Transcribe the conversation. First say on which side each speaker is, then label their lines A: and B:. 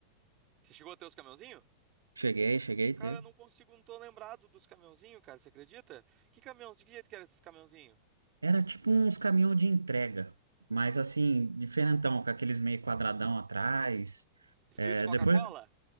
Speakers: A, on the right; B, on the right.
A: Você chegou a ter os caminhãozinho?
B: Cheguei, cheguei
A: Cara,
B: a ter.
A: eu não consigo, não tô lembrado dos caminhãozinho, cara, você acredita? Que caminhãozinho, que jeito que era esses caminhãozinho?
B: Era tipo uns caminhão de entrega, mas assim, diferentão, com aqueles meio quadradão atrás.
A: Escrito
B: É,
A: Coca-Cola?
B: depois,